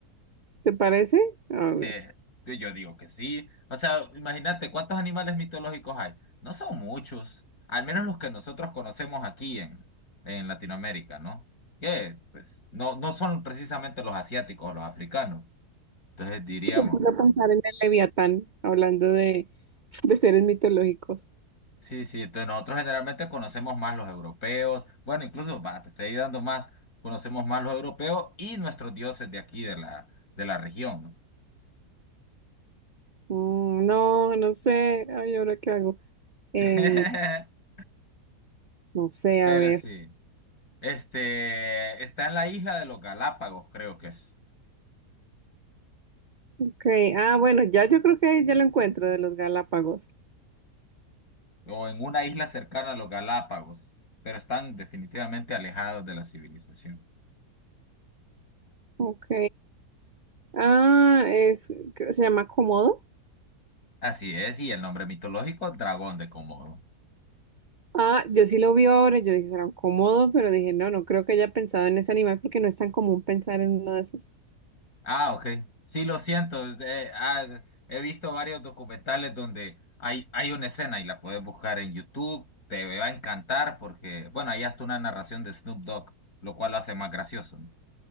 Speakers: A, on the right (about 65°); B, on the left (about 65°).
A: ¿Te parece? A
B: Sí,
A: ver.
B: yo yo digo que sí. O sea, imagínate cuántos animales mitológicos hay. No son muchos, al menos los que nosotros conocemos aquí en, en Latinoamérica, ¿no? Que pues no, no son precisamente los asiáticos o los africanos. Entonces diríamos,
A: Me puse a pensar en el Leviatán, hablando de, de seres mitológicos.
B: sí, sí, entonces nosotros generalmente conocemos más los europeos. Bueno, incluso, va, te estoy ayudando más, conocemos más los europeos y nuestros dioses de aquí, de la, de la región, ¿no?
A: Mm, no, no sé. Ay, ¿ahora qué hago? Em,
B: <laughs>
A: No sé,
B: Pero
A: a ver.
B: sí. Este, está en la isla de los Galápagos, creo que es.
A: Ok. Ah, bueno, ya yo creo que ya lo encuentro de los Galápagos.
B: O en una isla cercana a los Galápagos. Pero están definitivamente alejados de la civilización.
A: Ok. Ah, es, se llama Komodo.
B: Así es, y el nombre mitológico, Dragón de Komodo.
A: Ah, yo sí lo vi ahora, yo dije, será un Komodo, pero dije, no, no creo que haya pensado en ese animal porque no es tan común pensar en uno de esos.
B: Ah, ok. Sí, lo siento. eh, ah, he visto varios documentales donde hay, hay una escena y la puedes buscar en YouTube. Te va a encantar porque, bueno, ahí hasta una narración de Snoop Dogg, lo cual lo hace más gracioso, ¿no?